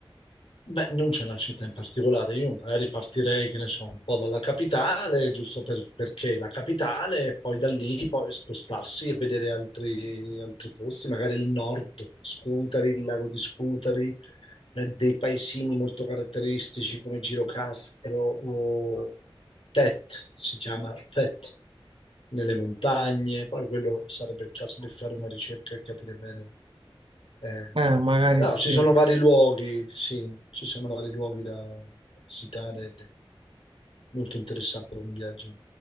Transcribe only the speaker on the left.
Beh, non c'è una città in particolare, io magari partirei, che ne so, un po' dalla capitale, giusto per- perché è la capitale, e poi da lì poi spostarsi e vedere altri, altri posti, magari il nord, Scutari, il lago di Scutari, eh, dei paesini molto caratteristici come Girocastro o Tet, si chiama Tet, nelle montagne, poi quello sarebbe il caso di fare una ricerca e capire bene. Eh,
no,
ci sono vari luoghi, sì, ci sono vari luoghi da, da visitare ed è molto interessante un viaggio.